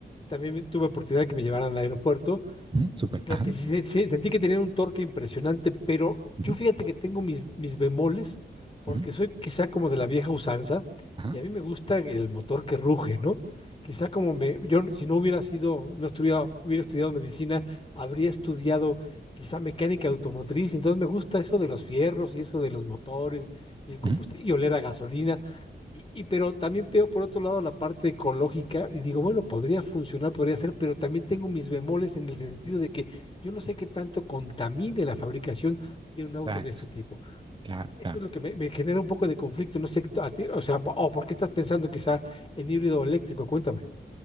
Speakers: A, on the left; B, on the right.
A: también me- tuve oportunidad de que me llevaran al aeropuerto
B: Ujú, Súper.
A: lo
B: Ajá.
A: que sí, sí, sentí que tenían un torque impresionante, pero
B: ujú,
A: yo fíjate que tengo mis, mis bemoles, porque
B: ujú,
A: soy quizá como de la vieja usanza,
B: ajá,
A: y a mí me gusta el motor que ruge, ¿no? Quizá como me, yo no- si no hubiera sido, no estuviera, hubiera estudiado medicina, habría estudiado quizá mecánica automotriz, entonces me gusta eso de los fierros y eso de los motores y el combustible,
B: ujú.
A: y oler a gasolina. Y, y pero también veo por otro lado la parte ecológica y digo, bueno, podría funcionar, podría ser, pero también tengo mis bemoles en el sentido de que yo no sé qué tanto contamine la fabricación de un
B: Exacto.
A: auto de este tipo.
B: Claro,
A: Eso
B: claro.
A: es lo que me, me genera un poco de conflicto. No sé, a ti, o sea, o por qué estás pensando quizá en híbrido eléctrico, cuéntame.